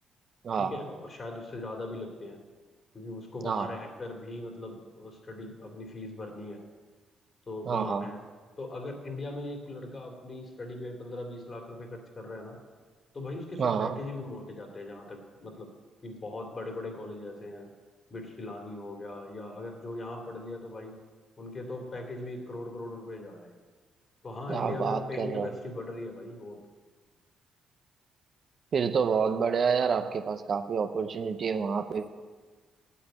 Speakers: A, on the right; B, on the left.
A: हाँ
B: ठीक है और शायद उससे ज्यादा भी लगते हैं क्योंकि उसको वहां
A: हाँ
B: रहकर भी मतलब स्टडी अपनी फीस भरनी है तो
A: हाँ
B: कमाना
A: हाँ
B: है तो अगर इंडिया में एक लड़का अपनी स्टडी पे पंद्रह बीस लाख रुपए खर्च कर रहा है ना तो भाई उसके फिर
A: हाँ
B: पैकेज
A: हाँ,
B: भी मोटे जाते हैं जहां तक मतलब कि बहुत बड़े बड़े कॉलेज ऐसे हैं बिट्स पिलानी हो गया या अगर जो यहाँ पढ़ लिया तो भाई उनके तो पैकेज भी करोड़ करोड़ रुपए जा रहे हैं तो हाँ
A: क्या
B: इंडिया में
A: बात
B: अब पेइंग
A: कर रहे
B: कैपेसिटी
A: हो
B: बढ़ रही है भाई बहुत
A: फिर तो बहुत बढ़िया है यार आपके पास काफी अपॉर्चुनिटी है वहां पे